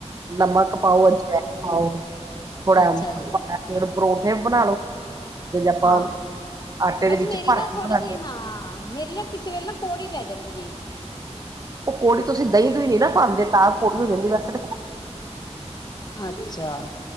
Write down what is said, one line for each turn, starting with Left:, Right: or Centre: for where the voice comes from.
Right: ਨਮਕ ਪਾਓ ਅਜਮੈਣ ਪਾਓ ਥੋੜਾ
Left: ਅੱਛਾ
Right: <unintelligible>
Left: ਜੀ
Right: ਪਰੌਠੇ ਬਣਾ ਲੋ ਅ ਆਪਾਂ
Left: ਹਾਂ।
Right: ਆਟੇ
Left: ਬਸ
Right: ਦੇ ਵਿੱਚ
Left: ਮੇਰੀ
Right: ਭਰ
Left: ਨਾ
Right: ਕੇ
Left: ਥੋੜੀ
Right: ਬਣਾਦੇ
Left: ਜੀ ਹਾਂ, ਮੇਰੀ ਨਾ ਕਿਸੇ ਵੇਲੇ ਨਾ ਕੋੜੀ ਪੈ ਜਾਂਦੀ ਏ।
Right: ਓ ਕੌੜੀ ਤੁਸੀਂ ਦਈ-ਦੁਈ ਨੀ ਨਾ ਪਾਦੇ ਤਾਂ ਕੌੜੀ ਹੋ ਜਾਂਦੀ ਵੈਸੇ ਤਾਂ
Left: ਅੱਛਾ